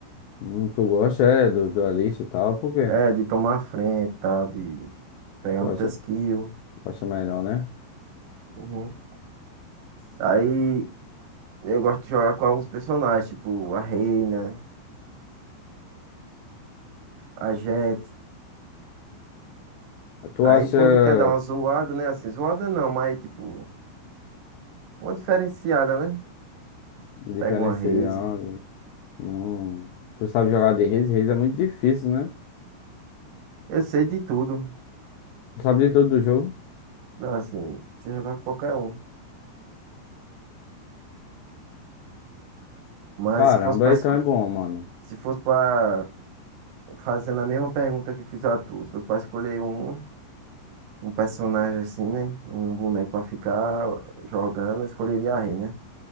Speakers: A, on the left (about 80°); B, on the right (about 85°).
A: Hum, tu gosta, é, dos duelistas e tal, por quê?
B: É, de tomar a frente, tá? De pegar
A: Tu
B: muitas
A: acha,
B: kills.
A: tu acha melhor, né?
B: Uhum. Aí eu gosto de jogar com alguns personagens, tipo a Reina, a gente.
A: Tu
B: Aí
A: acha
B: quando quer dar uma zoada, né? Assim, zoada não, mas tipo, uma diferenciada, né?
A: diferenciando.
B: Pega uma raise.
A: Hum, tu sabe jogar de Reis? Reis é muito difícil, né?
B: Eu sei de tudo.
A: Tu sabe de todo do jogo?
B: Não, assim, se jogar com qualquer um. Mas
A: Caramba,
B: se fosse pra,
A: então
B: esco-
A: é bom, mano.
B: se fosse pra fazendo a mesma pergunta que fiz a tu, se fosse pra escolher um, um personagem assim, né? Um boneco pra ficar jogando, eu escolheria a rei, né?